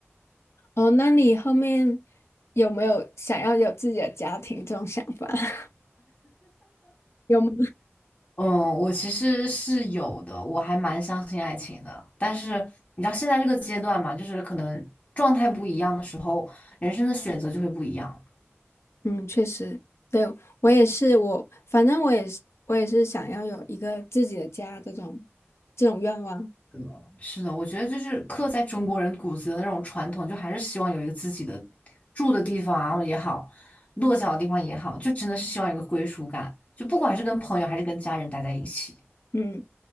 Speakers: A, on the left; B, on the left.
A: 哦，那你后面有没有想要有自己的家庭这种想法？<laughs> 有吗？
B: 嗯，我其实是有的，我还蛮相信爱情的。但是你知道现在这个阶段嘛，就是可能状态不一样的时候，人生的选择就会不一样。
A: 嗯，确实，对，我也是，我反正我也是，我也是想要有一个自己的家这种这种愿望。
B: 嗯，是的，我觉得就是刻在中国人骨子的那种传统，就还是希望有一个自己的住的地方然后也好，落脚的地方也好，就真的是希望有个归属感，就不管是跟朋友还是跟家人待在一起。
A: 嗯。